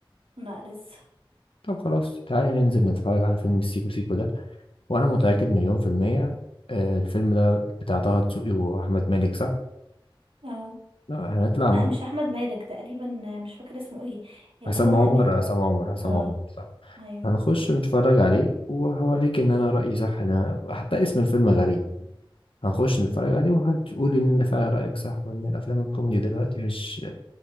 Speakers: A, on the right (about 75°); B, on the left (about 75°).
A: لا لسه
B: طب خلاص تعالي ننزل نتفرج على فيلم السيكو سيكو ده وانا متأكد مليون في المية آه، الفيلم ده بتاع طه دسوقي واحمد مالك صح؟
A: اه
B: لا هنطلع
A: لا
B: م-
A: مش احمد مالك تقريبا آه، مش فاكر اسمه ايه اللي
B: عصام
A: هو عامل
B: عمر عصام عمر عصام
A: اه
B: عمر صح
A: ايوه
B: هنخش نتفرج عليه وهوريك ان انا رأيي صح انا حتى اسم الفيلم غريب هنخش نتفرج عليه وهتقولي ان أنا فعلا رأيك صح وان الافلام الكوميدي دلوقتي مش